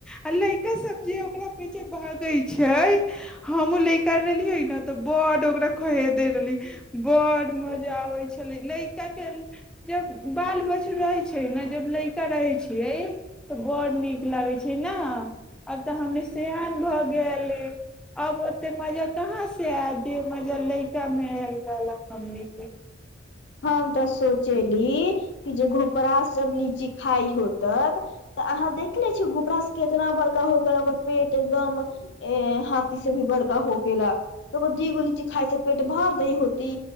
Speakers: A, in the centre; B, on the left (about 65°).
A: आ लड़का सब जे ओकरा पीछे भागे छै हमहुँ लैका रहलिय ने तऽ बड ओकरा खो द रहली बड़ मजा अबै छलै लड़काके जब बाल बच्च रहै छै ने जब लड़का रहै छियै तऽ बड़ नीक लागै छै ने अब तऽ हमनी सियान भऽ गेली अब त मजा कहाँ से आय दिय म लैका मेलल हम के
B: हम तऽ सोचेली कि जे घोपड़ा सब लीची खाई होतक तऽ अहाँ देख ले छीिय घोपड़ा से केितना बड़का हो गेला ओकर पेट एकदम हाथी से भी बड़का हो गेला ओकर दी गो लीची खााय से पेट भर द होती